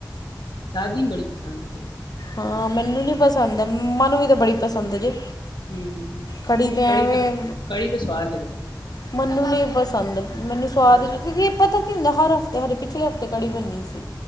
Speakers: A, on the left (about 90°); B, on the left (about 60°).
A: ਦਾਦੀ ਨੂੰ ਬੜੀ ਪਸੰਦ ਹੈ ਕੜੀ।
B: ਹਾਂ ਮੈਨੂੰ ਨੀ ਪਸੰਦ ਏ, ਮਮਾ ਨੂੰ ਵੀ ਤੇ ਬੜੀ ਪਸੰਦ ਜੇ।
A: ਹੂੰ
B: ਕੜੀ
A: ਨਹੀਂ
B: ਤੇ ਐਵੇਂ,
A: ਤਾਂ ਕੜੀ ਤਾਂ ਸਵਾਦ ਲੱਗਦੀ
B: ਮੈਨੂੰ ਨੀ ਪਸੰਦ ਮੈਨੂੰ ਸਵਾਦ
A: ਅੱਛਾ
B: ਲੱਗਗੀ ਪਤਾ। ਕੀ ਹੁੰਦਾ, ਹਰ ਹਫ਼ਤੇ ਹਰੇ ਪਿਛਲੇ ਹਫ਼ਤੇ ਕੜੀ ਬਣੀ ਸੀ।